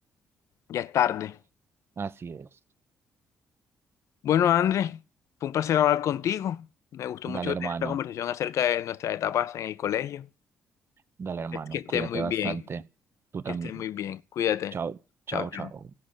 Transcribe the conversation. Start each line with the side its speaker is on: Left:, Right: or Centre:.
Left: Ya es tarde.
Right: así es.
Left: Bueno, Andrés, fue un placer hablar contigo. Me gustó
Right: Dale
Left: mucho
Right: hermano,
Left: tener esta conversación acerca de nuestras etapas en el colegio.
Right: dale hermano,
Left: Es que estés
Right: cuídate
Left: muy
Right: bastante,
Left: bien,
Right: tú
Left: que
Right: también.
Left: estés muy bien. Cuídate.
Right: Chao, chao,
Left: Chao,
Right: chao.
Left: chao.